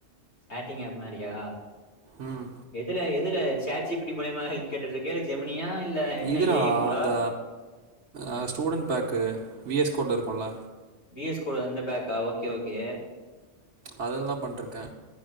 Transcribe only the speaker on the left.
சேட்டிங் ஆப் மாரியா
எதுல எதுல சாட்ஜி பிடி மூலியமா கேட்டு இருக்கியா இல்ல ஜெமனியா இல்ல என்ன
ஏ ஐ மோடா
வி எஸ் கொடு அந்த பேக்கா ஓக்கே ஓக்கே